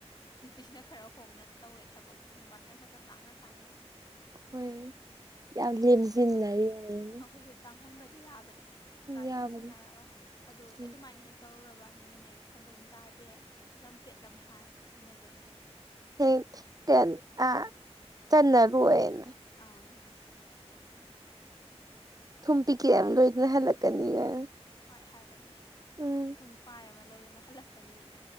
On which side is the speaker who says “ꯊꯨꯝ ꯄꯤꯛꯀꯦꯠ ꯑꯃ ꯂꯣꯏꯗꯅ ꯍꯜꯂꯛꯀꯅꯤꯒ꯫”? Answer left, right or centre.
Right